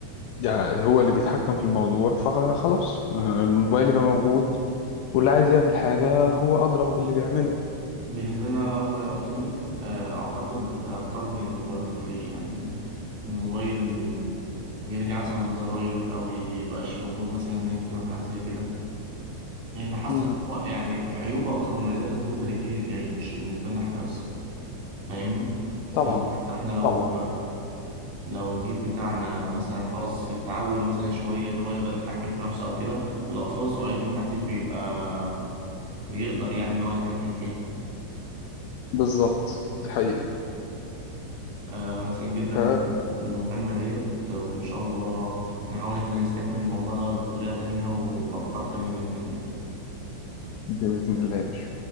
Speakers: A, on the left; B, on the right.
A: يعني هو اللي بيتحكم في الموضوع فخلاص آه، الموبايل يبقى موجود واللي عايز يعمل حاجة هو أدرى باللي بيعمله
B: بالنسبة لي أنا لو خيرتني آه، أعتقد هختار إن الموبايلات تتلغي يعني إن الموبايل يرجع مثلا بزراير أو ميبقاش موجود مثلا النت وحاجة زي كده يعني حاسس
A: مم.
B: إن هو يعني عيوبه أكتر من مميزاته بالنسبة للجيل اللي جاي مش بالنسبة لنا إحنا بس فاهمني؟
A: طبعا
B: يعني حتى إحنا لو
A: طبعا
B: لو الجيل بتاعنا مثلا خلاص اتعود مثلا شوية إن هو يقدر يتحكم في نفسه أو كده الأطفال الصغيرين محدش بيبقى بيقدر يعني إن هو يتحكم فيه
A: بالظبط دي حقيقة
B: آه، أنا سعيد جدا
A: ف-
B: بال- بالمكالمة ديت وإن شاء الله نحاول إحنا نستكمل الموضوع دوت بطريقة تانية وبأفكار تانية بإذن الله
A: بإذن الله يا باشا